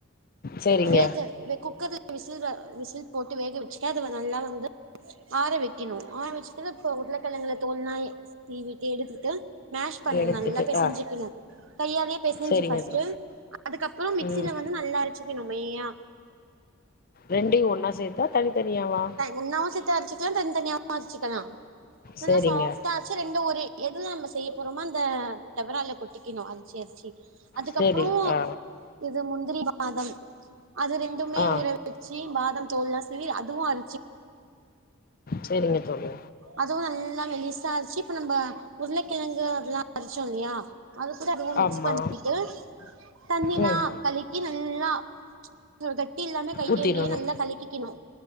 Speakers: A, on the left; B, on the right.
A: சேரிங்க
B: வேக வே குக்கர்ல விசில விசில் போட்டு வேக வெச்சிட்டு அதுல நல்லா வந்து ஆர வெக்கினு ஆர வெச்சிட்டுல இப்போ உருளக்கெழங்குல தோல்லா சீவீட்டு எடுத்துட்டு மேஷ் பண்ணு
A: எடுத்துட்டு
B: நல்லா பெசஞ்சிக்கினோ
A: ஆ
B: கையால்யே பெசஞ்சி
A: சேரிங்க
B: பெஸ்
A: தோ
B: அதுக்கப்பறோ மிக்சீல
A: ம்
B: வந்து நல்லா அரச்சிக்கணு மையா
A: ரெண்டையு ஒன்னா சேத்தா தனித்தனியாவா
B: ஒன்னாவு சேத்து அரச்சிக்கலா தனித்தனியாவு அரச்சிக்கலா நல்லா
A: சேரிங்க
B: சாஃப்ட்டா ஆச்சி ரெண்டு ஒரு எதுல நம்ம செய்ய போறோமோ அந்த டவறால கொட்டிக்கணு அரச்சி அரச்சி அதுக்கப்பறோ
A: சேரி ஆ
B: இது முன்ன முந்திரி பாதாம் அது ரெண்டுமே
A: ஆ
B: ஊற வச்சி பாதாம் தோல்லா சீவி அதுவு அர
A: சேரிங்க தோழி
B: அதுவு நல்லா மெலிசா அரச்சி இப்ப நம்ப உருளை கிழங்கு அதெல்லா அரச்சோ இல்லயா அது கூட அதுவு மிக்ஸ்
A: ஆமா
B: பண்ணீட்டு தண்ணிலா
A: ம்
B: கலக்கின்னு நல்லா கட்டி இல்லாமே கையாலயே
A: ஊத்திரணு
B: நல்லா கலக்கிக்கணு